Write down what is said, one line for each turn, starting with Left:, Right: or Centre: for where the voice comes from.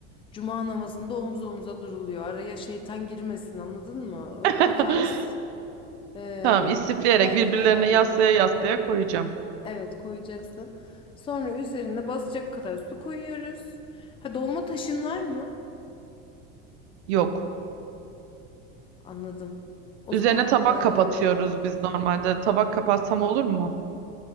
Left: Cuma namazında omuz omuza duruluyor. Araya şeytan girmesin anladın mı? O,
Right: <laughs>
Left: o tarz e,
Right: Tamam, istifleyerek
Left: yan
Right: birbirlerine
Left: yana yan yana
Right: yaslaya yaslaya koyacağım.
Left: evet koyacaksın. Sonra üzerine basacak kadar su koyuyoruz. Ha dolma taşın var mı?
Right: Yok.
Left: Anladım. O
Right: Üzerine
Left: zaman
Right: tabak
Left: eee,
Right: kapatıyoruz biz normalde. Tabak kapatsam olur mu?